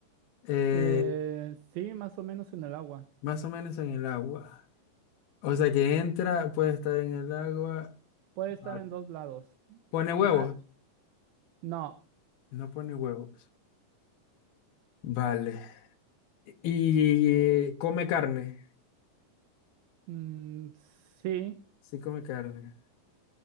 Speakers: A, on the left; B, on the right.
A: Eh,
B: eh, sí, más o menos en el agua.
A: más o menos en el agua. O sea que entra, puede estar en el agua.
B: Puede estar
A: Vale.
B: en dos lados.
A: Pone
B: Ya,
A: huevos.
B: no,
A: No pone huevos. Vale. Y, eh, come carne.
B: mm, sí,
A: Sí, come carne.